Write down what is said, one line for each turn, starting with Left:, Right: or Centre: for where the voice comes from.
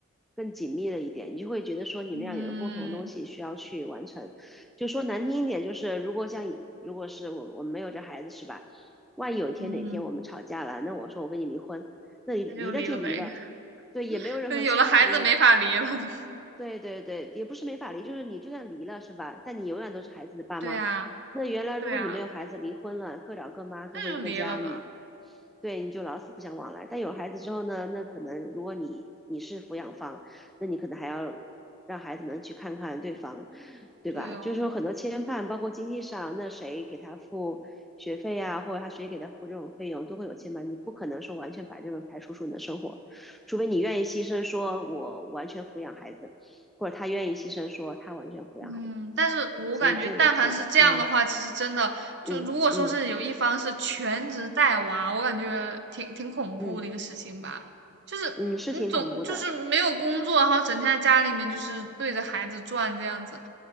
Centre: 更紧密了一点，你就会觉得说你们俩有个共同的东西需要去完成。
Right: 嗯
Centre: 就说难听一点，就是如果像以如果是我我们没有这孩子是吧？万一有一天哪天我们吵架了，
Right: 嗯，
Centre: 那我说我跟你离婚，那离离了就离了，
Right: 那就离了呗。
Centre: 对，也没有任何牵绊，
Right: <laughs> 可是有了孩子没法离了。
Centre: 也
Right: <laughs>
Centre: 对对对，也不是没法离，就是你就算离了是吧？但你永远都是孩子的爸妈。
Right: 对啊，
Centre: 那原来如果你没有孩子，
Right: 对啊，
Centre: 离婚了，各找各妈，各回各家，
Right: 那就离了吧。
Centre: 你对你就老死不相往来。但有孩子之后呢，那可能如果你你是抚养方，那你可能还要让孩子能去看看对方，对吧？
Right: 对哦。
Centre: 就是说很多牵绊，包括经济上，那谁给他付学费呀、或者他谁给他付这种费用，都会有牵绊。你不可能说完全把这个排除出你的生活，除非你愿意牺牲，说我完全抚养孩子，或者他愿意牺牲，说他完全抚养孩子。
Right: 嗯，但是我感觉，
Centre: 所以这个挺，
Right: 但凡是这样的话，
Centre: 嗯
Right: 其实真的就如果说是有一方是全职带娃，
Centre: 嗯嗯
Right: 我感觉挺挺恐怖的一个事情吧。
Centre: 嗯
Right: 就是你总就是没有工作，
Centre: 嗯，是挺恐怖的，
Right: 然后整天在家里面就是对着孩子转这样子，